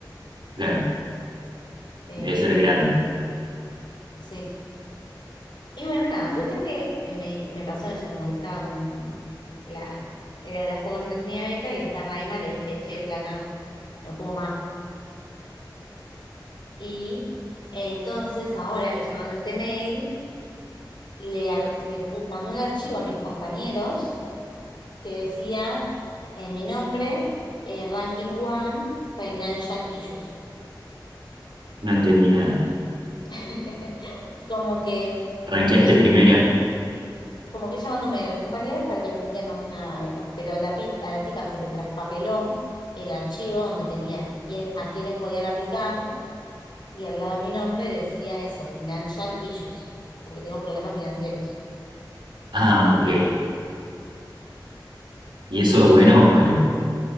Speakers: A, on the right (about 85°); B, on the left (about 75°).
A: Claro,
B: Eh,
A: debe ser grande.
B: sí. Y bueno, nada, cuestión que eh, me, me pasó eso, como que estaba con la... Era de las pocas que no tenía beca y a esta Raima le dije, che, flaca, no puedo más. Y eh, entonces, ahora que llamando este mail, le, ar- le pu- mandé un archivo a mis compañeros que decía en mi nombre, eh, Ranking One, Financial Issues.
A: No entendí nada.
B: <laughs> Como que
A: ¿Ranqueaste
B: ella
A: primera?
B: mandó- como que ella mandó un mail a los compañeros para que apliquen una beca. Pero a la, pi- a la tipa se le traspapeló el archivo donde tenía quién, a quiénes podían aplicar y al lado de mi nombre decía eso, Financial Issues, como que tengo problemas financieros.
A: Ah, ok. ¿Y eso es bueno o malo?